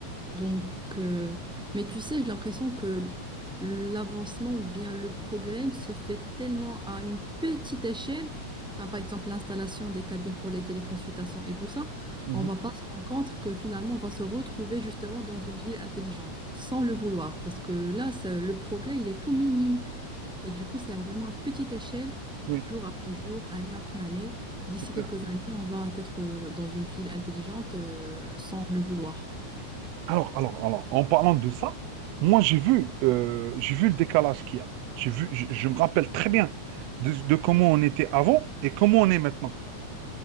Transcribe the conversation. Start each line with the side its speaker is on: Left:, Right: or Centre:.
Centre: Donc, euh, mais tu sais, j'ai l'impression que l'avancement ou bien le progrès se fait tellement à une petite échelle. Enfin, par exemple, l'installation des cabines pour les téléconsultations et tout ça,
Right: Mhm.
Centre: on va pas se rendre compte que finalement, on va se retrouver justement dans une ville intelligente, sans le vouloir, parce que là, ça- le progrès, il est tout minime. Et du coup, c'est vraiment à petite échelle,
Right: Oui,
Centre: jour après jour, année après année. D'ici
Right: c'est clair.
Centre: quelques années, on va être euh, dans une ville intelligente euh, sans le vouloir.
Right: Alors, alors, alors, en parlant de ça, moi j'ai vu, euh, j'ai vu le décalage qu'il y a. J'ai vu, je, je me rappelle très bien de, de comment on était avant et comment on est maintenant.